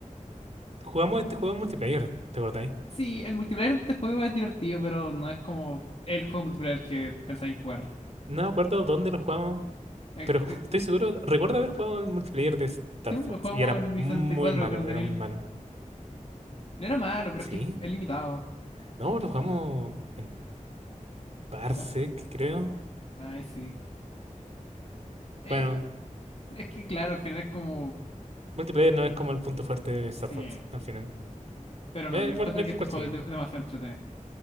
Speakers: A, on the right; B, on the left.
A: Jugamos este juego en multiplayer, ¿te acordáis?
B: Sí, el multiplayer de este juego es divertido, pero no es como el juego multiplayer que pensaba en jugar.
A: No me acuerdo dónde lo jugamos.
B: Eh,
A: Pero ju-
B: eh,
A: estoy seguro, recuerdo haber jugado el multiplayer de Star
B: yo
A: Fox
B: lo jugamos
A: y era
B: en mi
A: muy
B: sesenta y cuatro
A: malo,
B: con el Daniel.
A: era muy malo.
B: No era malo, pero
A: ¿Sí?
B: es que es limitado.
A: No, lo jugamos en Parsec,
B: Es como-
A: creo.
B: Ay, sí. Es,
A: Bueno,
B: que- es que claro, al final es como...
A: multiplayer no es como el punto fuerte de Star
B: Sí.
A: Fox al final.
B: Pero
A: Ve,
B: no, yo encuentro
A: cuál, ve
B: que este
A: cuál
B: juego
A: sigue.
B: es de- demasiado entretenido.